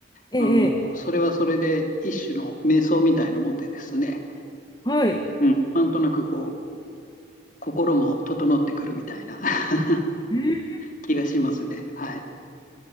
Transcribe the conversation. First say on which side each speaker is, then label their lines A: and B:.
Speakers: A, on the left; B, on the left.
A: ええ、
B: あの、
A: ええ
B: それはそれで一種の瞑想みたいなもんでですね、
A: はい。
B: うん、なんとなくこう、心も整ってくるみたいな <laughs>
A: うーん
B: 気がしますね。はい。